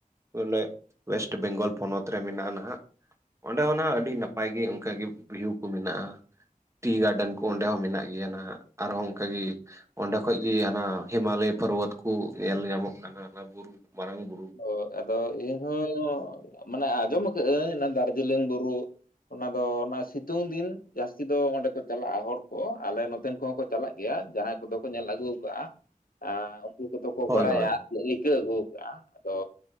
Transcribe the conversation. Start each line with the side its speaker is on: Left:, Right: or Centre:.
Right: ᱵᱚᱞᱮ ᱚᱭᱮᱥᱴ ᱵᱮᱝᱜᱚᱞ ᱯᱚᱱᱚᱛ ᱨᱮ ᱢᱮᱱᱟᱜᱼᱟ ᱱᱟᱦᱟᱜ᱾ ᱚᱸᱰᱮ ᱦᱚᱸ ᱟᱹᱰᱤ ᱱᱟᱯᱟᱭ ᱜᱮ ᱚᱱᱠᱟ ᱜᱮ ᱵᱷᱤᱭᱩ ᱠᱚ ᱢᱮᱱᱟᱜᱼᱟ ᱾ ᱴᱤ ᱜᱟᱨᱰᱮᱱ ᱠᱚ ᱚᱸᱰᱮ ᱦᱚᱸ ᱢᱮᱱᱟᱜ ᱜᱮᱭᱟ, ᱟᱨᱦᱚᱸ ᱚᱱᱠᱟ ᱜᱮ ᱚᱸᱰᱮ ᱠᱷᱚᱡ ᱜᱤ ᱦᱟᱱᱟ ᱦᱤᱢᱟᱞᱚᱭ ᱯᱚᱨᱵᱚᱛ ᱠᱚ ᱧᱮᱞ ᱧᱟᱢᱚᱜ ᱠᱟᱱᱟ ᱚᱱᱟ ᱵᱩᱨᱩ ᱢᱟᱨᱟᱝ ᱵᱩᱨᱩ ᱾
Left: ᱦᱳᱭ ᱟᱫᱚ ᱤᱧ ᱦᱚᱸ ᱢᱟᱱᱮ ᱟᱸᱡᱚᱢ ᱟᱠᱟᱜ ᱟᱹᱧ ᱚᱱᱟ ᱫᱟᱨᱡᱤᱞᱤᱝ ᱵᱩᱨᱩ ᱚᱱᱟ ᱫᱚ ᱚᱱᱟ ᱥᱤᱛᱩᱝ ᱫᱤᱱ ᱡᱟᱹᱥᱛᱤ ᱫᱚ ᱚᱸᱰᱮ ᱠᱚ ᱪᱟᱞᱟᱜᱼᱟ ᱦᱚᱲ ᱠᱚ ᱟᱞᱮ ᱱᱚᱛ ᱱᱚᱛᱮᱱ ᱠᱚᱦᱚᱸ ᱠᱚ ᱪᱟᱞᱟᱜ ᱜᱮᱭᱟ ᱡᱟᱦᱟᱸᱭ ᱠᱚᱫᱚ ᱠᱚ ᱧᱮᱞ ᱟᱹᱜᱩ ᱠᱟᱜᱼᱟ ᱾ ᱩᱱᱠᱩ ᱠᱚᱫᱚ ᱠᱚ
Right: ᱦᱳᱭ
Left: ᱵᱟᱲᱟᱭᱟ
Right: ᱦᱳᱭ
Left: ᱨᱤᱠᱟᱹ ᱟᱹᱜᱩ ᱠᱟᱜᱼᱟ, ᱟᱫᱚ